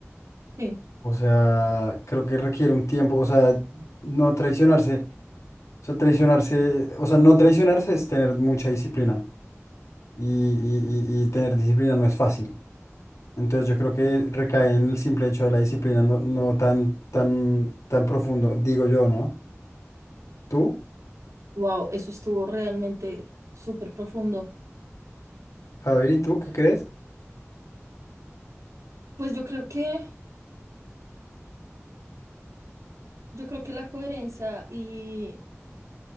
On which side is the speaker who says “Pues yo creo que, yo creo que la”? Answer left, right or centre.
Right